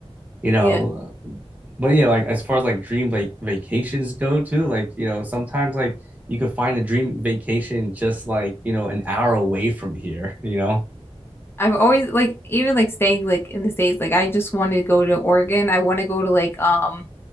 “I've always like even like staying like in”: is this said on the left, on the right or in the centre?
Left